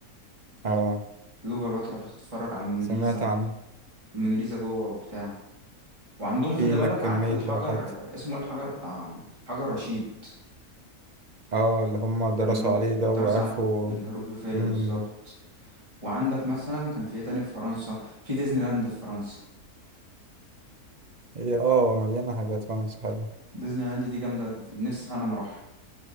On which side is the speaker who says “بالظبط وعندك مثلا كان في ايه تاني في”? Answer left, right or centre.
Right